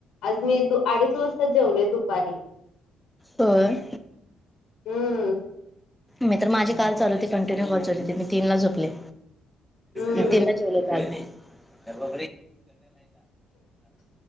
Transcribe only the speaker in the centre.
होय?
मी तर माझी काल चालू होती कंटिन्यू कॉल चालू होती मी तीनला झोपले.
मग तीनला जेवले काल मी. <inaudible> हो